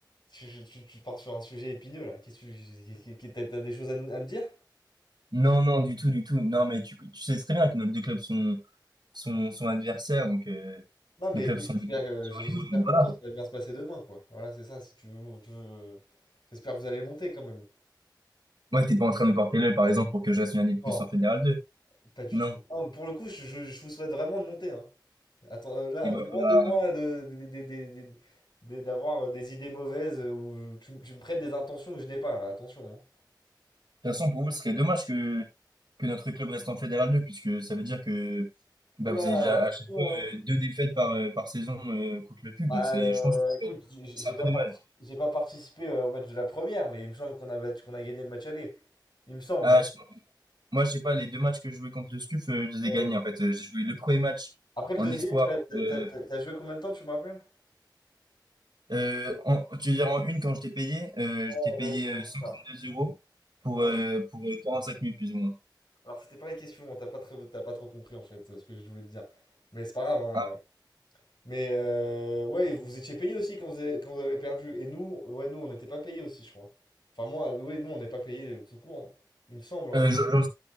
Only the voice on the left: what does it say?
Tu, tu- tu- tu pars sur un sujet épineux, là. Qu'est-ce que tu- qu'est- qu'est- t'as t'as des choses à nous, à me dire?
Non, mais
écoute,
j'espère
que, j'espère
pour
toi que ça va bien se passer demain, quoi. Voilà, c'est ça, si tu veux, tu veux... J'espère que vous allez monter, quand même.
Non,
pas du
tout. Non, mais pour le coup, je, je- je vous souhaite vraiment de monter, hein. Attends, euh, là,
loin
de moi de- de- de- de- de- de- d'avoir des idées mauvaises euh, ou tu, tu me prêtes des intentions que je n'ai pas, là, attention. hein.
Oula,
attention.
hein.
Bah,
euh,
écoute,
j'ai j'ai-
j'ai
pas,
parti- j'ai pas participé euh, au match de la première, mais il me semble qu'on a battu, qu'on a gagné le match aller. Il me semble.
hein.
Ouais.
Après le
deuxième,
t'as, t'as-
t'as- t'as joué combien de temps, tu me rappelles?
Ouais,
ouais, c'est vraiment
ça.
Ouais.
Alors, c'était pas la question, hein, t'as pas, trop- t'as pas trop compris en fait euh, ce que je voulais te dire. Mais c'est pas grave, hein.
Mais euh, ouais, vous étiez payé aussi quand vous avez, quand vous avez perdu. Et nous, ouais, nous, on n'était pas payé aussi, je crois. Enfin, moi, euh, ouais, nous, on n'est pas payé tout court, hein. Il me semble. hein.